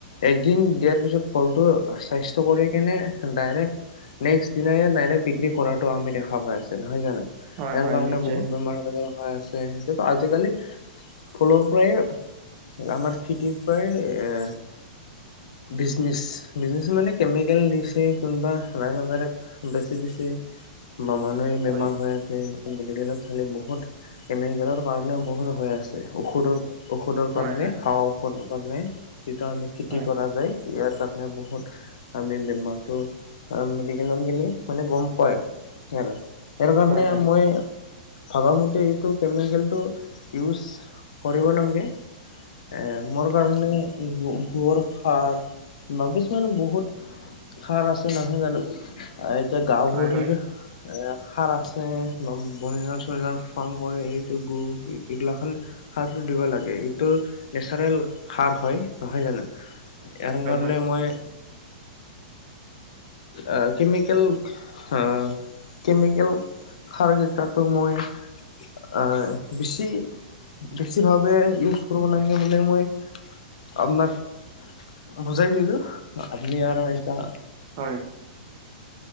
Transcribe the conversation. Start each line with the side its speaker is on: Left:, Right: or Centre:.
Left: একদিন দিয়াৰ পিছত- ফলটো স্বাস্থ্য কৰি কেনে, ডাইৰেক্ট নেক্সট দিনাই ডাইৰেক্ট- বিক্ৰী কৰা আমি দেখা পাই আছো নহয় জানো?
Right: হয়,
Left: ইয়াৰ
Right: হয়,
Left: কাৰণে
Right: নিশ্চয়।
Left: বহুত বেমাৰ- হৈ আছে এতিয়াটো আজিকালি ফলৰ পৰাই, আমাৰ খেতিৰ পৰাই এ, বিজনেচ, বিজনেচ মানে কেমিকেল দিছে। কোনবা ডাইৰেক্ট ডাইৰেক্ট বেছি দিছে। বা মানুহে
Right: হয়,
Left: বেমাৰ হৈ আছে। মেডিকেলত চালি বহুত কেমিকেলৰ কাৰণেও বহুত হৈ আছে। ঔষধৰ- ঔষধৰ
Right: হয়,
Left: কাৰণে,
Right: হয়,
Left: খোৱা ঔষধৰ কাৰণে, যিটো আমি খেতি
Right: হয়,
Left: কৰা যায়। ইয়াৰ কাৰণে বহুত আমি বেমাৰতটো মেডিকেলত গেলি মানে গম পাই আৰু। সেইটো কাৰণে
Right: হয়, হয়, হয়,
Left: মই ভাবামতে এইটো কেমিকেলটো ইউজ কৰিব নালগে। এহ মোৰ কাৰণে গুৱৰৰ সাৰ বা কিছুমান বহুত সাৰ আছে নহয় জানো। যে গাহৰিৰ
Right: হয়, হয়, হয়,
Left: এ সাৰ আছে বা বন লাৰ ফাৰ্ম কৰে এই গ এইগিলাখান <unintelligible> সাৰটো দিব লাগে। এইটো নেচাৰেল সাৰ হয় নহয় জানো। ইয়াৰ কাৰনে
Right: হয়, হয়,
Left: মই আহ কেমিকেল অ কেমিকেল সাৰ কেইটাতো মই আহ বেছি, বেছিভাৱে ইউজ কৰিব লাগে বোলে মই আপোনাক বুজাই দিলো, আপনি আৰু এতিয়া
Right: হয়।